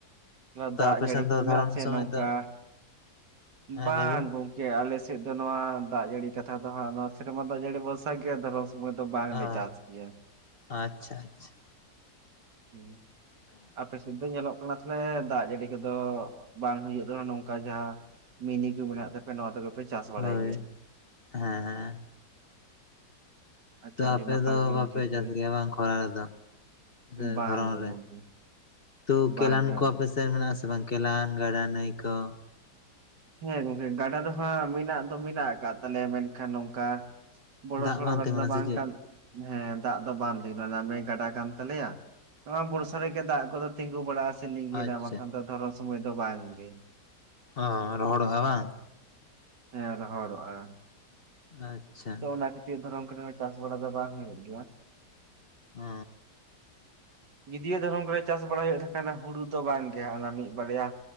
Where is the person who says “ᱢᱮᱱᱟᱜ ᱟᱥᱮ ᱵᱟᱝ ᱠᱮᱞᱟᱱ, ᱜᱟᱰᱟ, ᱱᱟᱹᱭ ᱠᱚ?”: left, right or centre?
Left